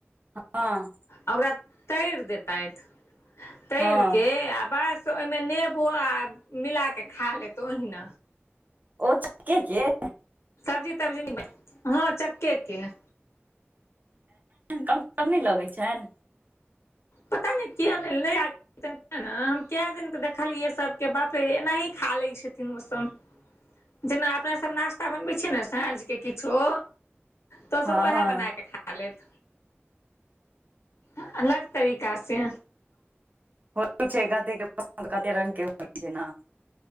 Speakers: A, on the right; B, on the left.
A: हँ
B: आ ओकरा तैर देतैथ <inaudible> तैर
A: हँ
B: केँ आ बस से ओहिमे नेबो आ मिला केँ खा लेत ओहिना
A: ओ चकेँ केँ
B: सब्जी तब्जी नै हँ चक्के केँ
A: कम कम नै लगैत छैन
B: पता नै किया नै हैतेन तऽ न हम कए दिन तऽ देखलियै सभ के बाप रे एनाही खा लैत छथिन ओ सम <unintelligible> जेना अपना सब नास्ता बनबे छीय न साँझ केँ किछो तो
A: हँ
B: सब ओएहे
A: हँ
B: बना केँ खा खा लेत <inaudible> अलग तरीका से
A: हो छै कते के पसंद कते रंग के होय छै न